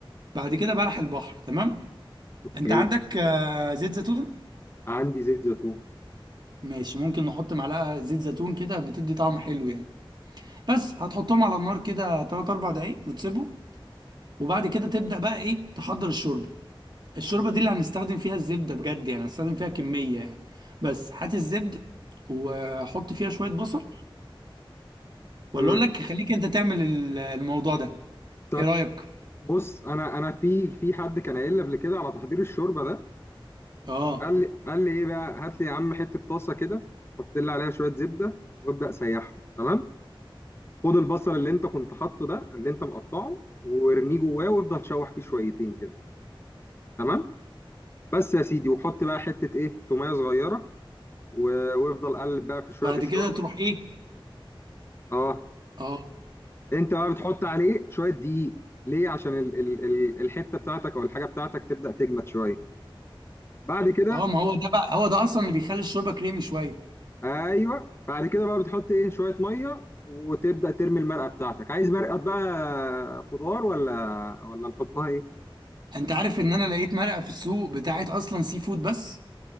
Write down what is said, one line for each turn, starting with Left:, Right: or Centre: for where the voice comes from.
Right: بعد كده بلح البحر تمام
Left: اوكي
Right: انت عندك آه، زيت زيتون
Left: عندي زيت زيتون
Right: ماشي ممكن نحط معلقه زيت زيتون كده بتدي طعم حلو يعني بس هتحطهم على النار كده 3 4 دقايق وتسيبهم وبعد كده تبدأ بقى ايه تحضر الشوربة الشوربة دي اللي هنستخدم فيها الزبدة بجد يعني هنستخدم فيها كمية يعني بس هات الزبدة وحط فيها شوية بصل ولا
Left: مم.
Right: اقول لك خليك انت تعمل ال- الموضوع ده
Left: طب
Right: ايه رأيك
Left: بص انا انا في في حد كان قايل لي قبل كده على تحضير الشوربة ده
Right: اه
Left: قال لي قال لي ايه بقى هات لي يا عم حتة طاسة كده حط لي عليها شوية زبدة وابدأ سيحهم تمام خد البصل اللي انت كنت حاطه ده اللي انت مقطعه وارميه جواه وافضل شوح فيه شويتين كده تمام بس يا سيدي وحط بقى حتة ايه تومية صغيرة و- وافضل قلب بقى في شوية
Right: بعد
Left: الشوربة
Right: كده تروح ايه
Left: اه
Right: اه
Left: انت بقى بتحط عليه شويه دقيق ليه عشان ال ال ال الحته بتاعتك او الحاجه بتاعتك تبدا تجمد شويه بعد كده
Right: اه ما هو ده بقى هو ده اصلا اللي بيخلي الشوربة كريمي شوية
Left: ايوه بعد كده بقى بتحط ايه شويه ميه وتبدا ترمي المرقه بتاعتك عايز مرقه بقى خضار ولا ولا نحطها ايه
Right: انت عارف ان انا لقيت مرقة في السوق بتاعت اصلا سي فود بس